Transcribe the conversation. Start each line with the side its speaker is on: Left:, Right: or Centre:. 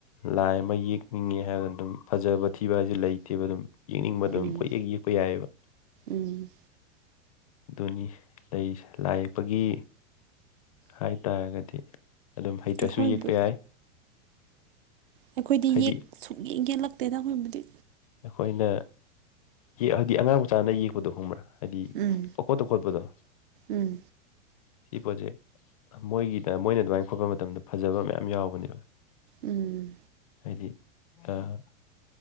Left: ꯂꯥꯏ ꯑꯃ ꯌꯦꯛꯅꯤꯡꯉꯦ ꯍꯥꯏꯗꯅ ꯑꯗꯨꯝ ꯐꯖꯕ ꯊꯤꯕ ꯍꯥꯏꯁꯦ ꯂꯩꯇꯦꯕ ꯑꯗꯨꯝ ꯌꯦꯛꯅꯤꯡꯕ ꯑꯗꯨꯝ
Right: ꯎꯝ
Left: ꯀꯣꯏ ꯌꯦꯛ ꯌꯦꯛꯄ ꯌꯥꯏꯑꯦꯕ
Right: ꯎꯝ
Left: ꯑꯗꯨꯅꯤ ꯂꯩꯔꯤꯁꯦ ꯂꯥꯏ ꯌꯦꯛꯄꯒꯤ ꯍꯥꯏꯇꯥꯔꯒꯗꯤ ꯑꯗꯨꯝ ꯍꯩꯇ꯭ꯔꯁꯨ
Right: ꯑꯩꯈꯣꯏꯕꯨ
Left: ꯌꯦꯛꯄ ꯌꯥꯏ
Right: ꯑꯩꯈꯣꯏꯗꯤ
Left: ꯍꯥꯏꯗꯤ
Right: ꯌꯦꯛ ꯁꯨꯡ ꯌꯦꯛ ꯌꯦꯛꯂꯛꯇꯦꯗ ꯑꯩꯈꯣꯏꯕꯨꯗꯤ
Left: ꯑꯩꯈꯣꯏꯅ ꯌꯦꯛꯑꯗꯤ ꯑꯉꯥꯡ ꯃꯆꯥꯅ ꯌꯦꯛꯄꯗꯣ ꯈꯪꯕ꯭ꯔꯥ ꯍꯥꯏꯗꯤ
Right: ꯎꯝ
Left: ꯄꯪꯈꯣꯠꯇ ꯈꯣꯠꯄꯗꯣ
Right: ꯎꯝ
Left: ꯁꯤ ꯄꯣꯠꯁꯦ ꯃꯣꯏꯒꯤꯗ ꯃꯣꯏꯅ ꯑꯗꯨꯃꯥꯏꯅ ꯈꯣꯠꯄ ꯃꯇꯝꯗ ꯐꯖꯕ ꯃꯌꯥꯝ ꯌꯥꯎꯕꯅꯦꯕ
Right: ꯎꯝ
Left: ꯍꯥꯏꯗꯤ ꯑꯥ